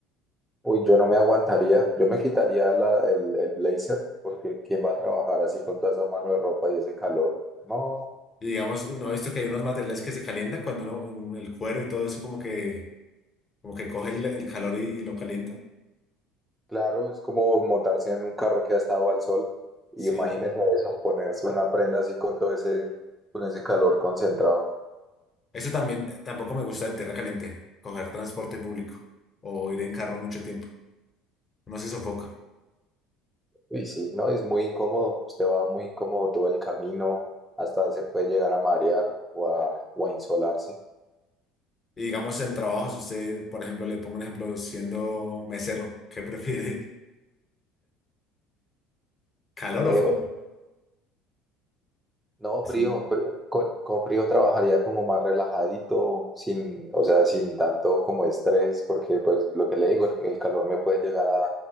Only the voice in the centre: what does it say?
Uy, yo no me aguantaría, yo me quitaría la, el, el blazer, porque ¿quién va a trabajar así con toda esa mano de ropa y ese calor? No,
claro, es como montarse en un carro que ha estado al sol, y
imagínese eso, ponerse una prenda así con todo ese, con ese calor concentrado.
Y sí, no, es muy incómodo, usted va muy incómodo todo el camino, hasta se puede llegar a marear o a, o a insolarse.
Eh,
No,
frío, pero con, con frío trabajaría como más relajadito, sin, o sea, sin tanto como estrés, porque pues lo que le digo, el, el calor me puede llegar a,